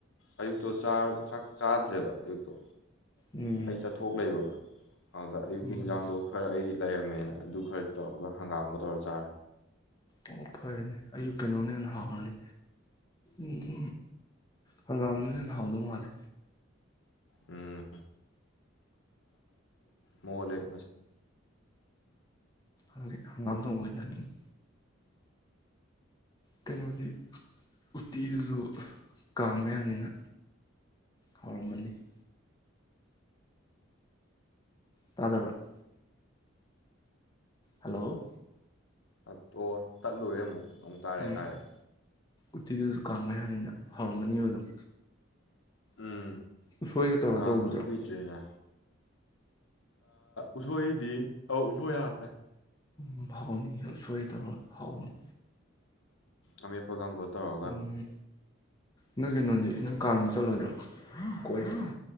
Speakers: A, on the left; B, on the left.
A: ꯑꯌꯨꯛꯇꯣ ꯆꯥꯛ ꯆꯥꯗ꯭ꯔꯦꯕ ꯑꯌꯨꯛꯇꯣ
B: ꯎꯝ
A: ꯑꯩ ꯆꯠꯊꯣꯛ ꯂꯩꯔꯕ ꯑꯗꯨꯒ ꯑꯌꯨꯛꯀꯤ
B: ꯎꯝ
A: ꯍꯟꯖꯥꯡꯗꯣ ꯈꯔ ꯑꯩꯒꯤ ꯂꯩꯔꯝꯃꯦꯅ ꯑꯗꯨ ꯈꯔ ꯇꯧꯔꯒ ꯍꯪꯒꯥꯝꯒ ꯇꯧꯔ ꯆꯥꯔꯦ
B: ꯑꯣ ꯐꯔꯦꯅꯦ ꯑꯌꯨꯛ ꯀꯩꯅꯣꯅ ꯍꯦꯟꯅ ꯍꯥꯎꯔꯅꯤ ꯎꯝ ꯍꯪꯒꯥꯝꯗꯨꯅ ꯍꯦꯟꯅꯥ ꯍꯥꯎꯗꯧ ꯃꯥꯂꯦ
A: ꯎꯝ ꯃꯣꯂꯦ <unintelligible>
B: ꯎ ꯍꯪꯒꯥꯗ ꯃꯖꯅꯤ <inaudible> ꯀꯩꯅꯣꯗꯤ ꯎꯇꯤꯗꯨꯁꯨ ꯀꯥꯡ ꯃꯌꯥꯅꯤꯅ ꯍꯔꯝ ꯃꯅꯤ <inaudible> ꯇꯥꯗꯕꯔꯥ ꯍꯂꯣ
A: ꯑꯣ ꯇꯠꯂꯨꯔꯦ ꯑꯃꯨꯛ ꯑꯃꯨꯛ ꯇꯥꯔꯛꯑꯦ
B: ꯎꯝ
A: ꯇꯥꯔꯛꯑꯦ
B: ꯎꯇꯤꯗꯨꯁꯨ ꯀꯥꯡ ꯃꯌꯥꯅꯤꯅꯥ ꯍꯥꯎꯔꯝꯃꯅꯤꯕ ꯑꯗꯨꯝ
A: ꯎꯝ
B: ꯎꯁꯣꯏꯒ ꯇꯧꯔ
A: ꯀꯥꯡꯁꯨ
B: ꯇꯧꯕꯗꯨꯔꯣ
A: ꯀꯨꯏꯗ꯭ꯔꯦꯅ ꯎꯁꯣꯏꯗꯤ ꯑ ꯎꯁꯣꯏ ꯍꯥꯞꯄꯦ
B: ꯎ ꯍꯥꯎꯅꯤ ꯎꯁꯣꯏꯗꯣ ꯍꯥꯎꯅꯤ
A: ꯑꯃꯦꯠꯄ ꯑꯃꯒ ꯇꯧꯔꯒ
B: ꯎꯝ ꯅꯣꯏ ꯀꯩꯅꯣꯗꯤ ꯅꯪ ꯀꯥꯡꯗꯤ ꯆꯠꯂꯣꯏꯗ꯭ꯔꯣ ꯀꯣꯏꯗꯣꯏꯅ